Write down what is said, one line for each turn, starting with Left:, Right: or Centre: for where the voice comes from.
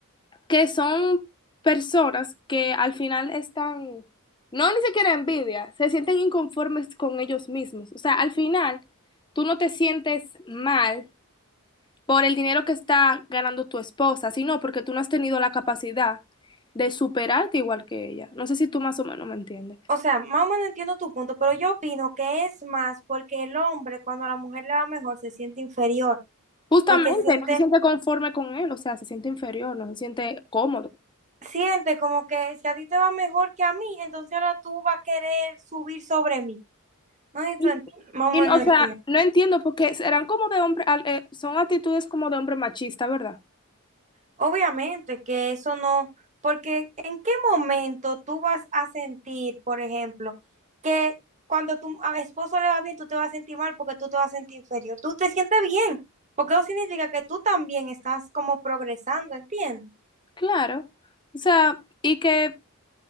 Left: que son personas que al final están, no ni siquiera envidia, se sienten inconformes con ellos mismos. O sea, al final tú no te sientes mal por el dinero que está ganando tu esposa, sino porque tú no has tenido la capacidad de superarte igual que ella. No sé si tú más o menos me entiendes.
Right: O sea, más o menos entiendo tu punto, pero yo opino que es más porque el hombre, cuando a la mujer le va mejor, se siente inferior,
Left: Justamente,
Right: porque siente,
Left: no se siente conforme con él, o sea, se siente inferior, no se siente cómodo.
Right: siente como que si a ti te va mejor que a mí, entonces ahora tú vas a querer subir sobre mí. No sé si
Left: Y,
Right: tú ent- más
Left: y,
Right: o menos
Left: o sea,
Right: entiendes.
Left: no entiendo porque serán como de hombre, al- eh, son actitudes como de hombre machista, ¿verdad?
Right: Obviamente que eso no, porque ¿en qué momento tú vas a sentir, por ejemplo, que cuando tu a- esposo le va bien, tú te vas a sentir mal porque tú te vas a sentir inferior? Tú te sientes bien, porque eso significa que tú también estás como progresando, ¿entiendes?
Left: Claro. O sea, y que,